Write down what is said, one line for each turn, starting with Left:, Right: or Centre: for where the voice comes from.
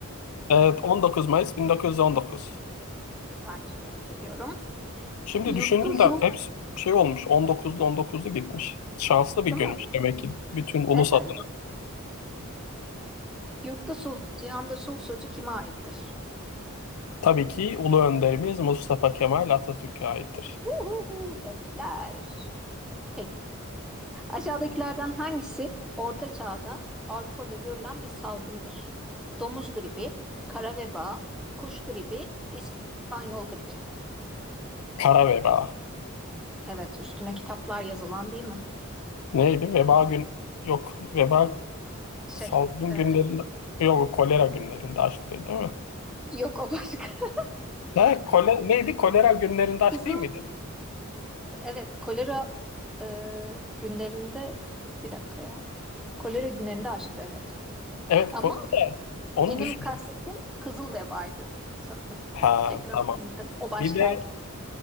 Left: Evet, 19 Mayıs 1919.
Centre: <laughs> Süper. Tebrik ediyorum.
Left: Şimdi
Centre: Yurtta
Left: düşündüm
Centre: sulh,
Left: de hepsi şey olmuş. 19'lu 19'lu gitmiş. Şanslı bir
Centre: değil
Left: günmüş
Centre: mi?
Left: demek ki bütün ulus
Centre: Herhalde.
Left: adına.
Centre: Yurtta sulh, cihanda sulh sözü kime aittir?
Left: Tabii ki ulu önderimiz Mustafa Kemal Atatürk'e aittir.
Centre: Uhuhu, tebrikler. Peki. Aşağıdakilerden hangisi Orta Çağ'da Avrupa'da görülen bir salgındır? Domuz gribi, kara veba, kuş gribi, İspanyol gribi.
Left: Kara veba.
Centre: Evet, üstüne kitaplar yazılan değil mi?
Left: Neydi? Veba gün yok. Veba
Centre: Şey,
Left: salgın
Centre: e,
Left: günlerinde yok kolera günlerinde açtı değil mi?
Centre: yok o başka. <laughs>
Left: Ne? Kole, neydi? Kolera günlerinde aç
Centre: Kızıl,
Left: değil miydi?
Centre: evet, kolera e, günlerinde, bir dakika ya. Kolera günlerinde aşktı, evet.
Left: Evet,
Centre: Ama
Left: ko- o da onu
Centre: Benim
Left: düşündüm.
Centre: kastettiğim kızıl vebaydı sanırım.
Left: Ha
Centre: Reklam
Left: tamam.
Centre: tabii o başkaydı.
Left: Bir de